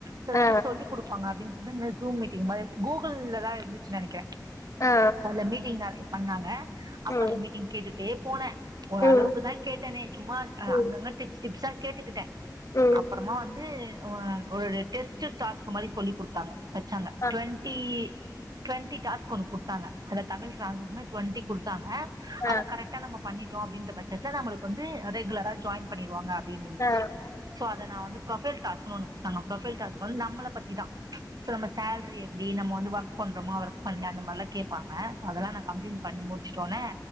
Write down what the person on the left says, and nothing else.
ஆ
ஆ
ம்
ம்
ம்
ம்
ஆ
ஆ
ஆ